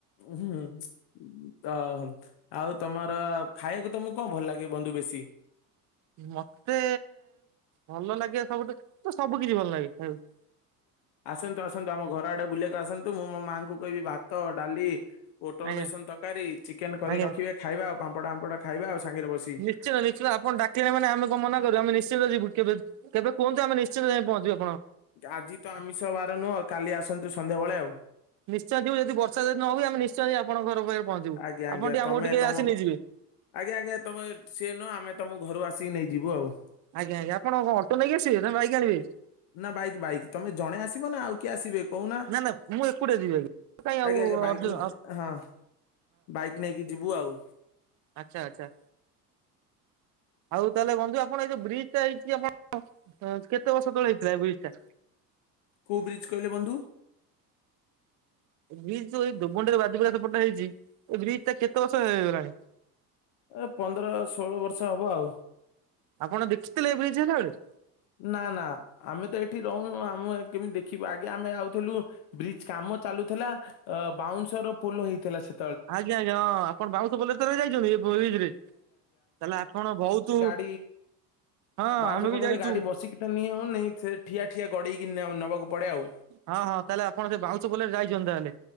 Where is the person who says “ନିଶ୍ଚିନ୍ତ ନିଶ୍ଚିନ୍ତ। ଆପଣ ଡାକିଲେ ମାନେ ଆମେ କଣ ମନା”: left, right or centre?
Right